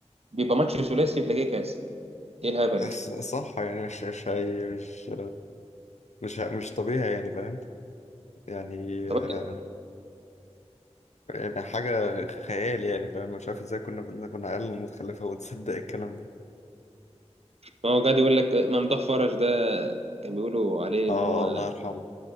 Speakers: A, on the right; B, on the left.
A: بيبقى ماتش ثلاثي تلاقيه كاس ايه الهبل
B: بس
A: ده
B: صح يعني مش مش هي- مش مش مش طبيعي يعني فاهم يعني آه،
A: طب أنت-
B: يعني حاجة خيال يعني فاهم مش عارف ازاي كنا بن- كنا عيال متخلفة وتصدق الكلام ده
A: ما هو قاعد يقول لك ممدوح فرج ده كان بيقولوا عليه
B: اه
A: ان هو
B: الله يرحمه